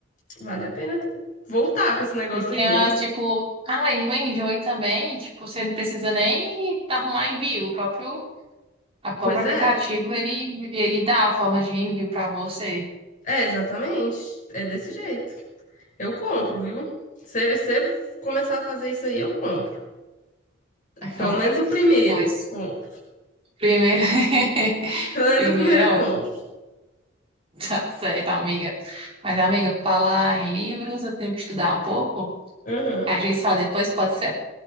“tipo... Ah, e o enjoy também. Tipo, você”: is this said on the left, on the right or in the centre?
Right